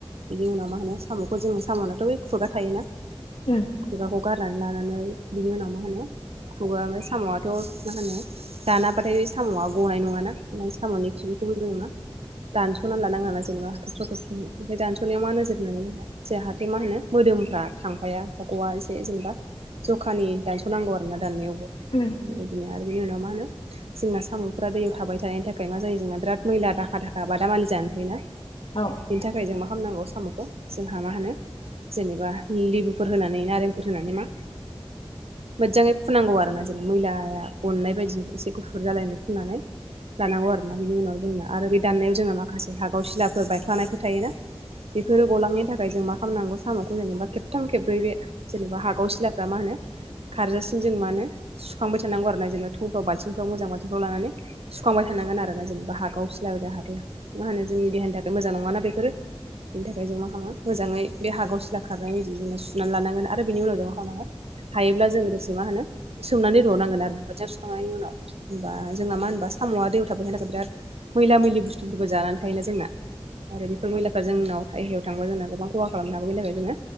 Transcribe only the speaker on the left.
उम
उम।
औ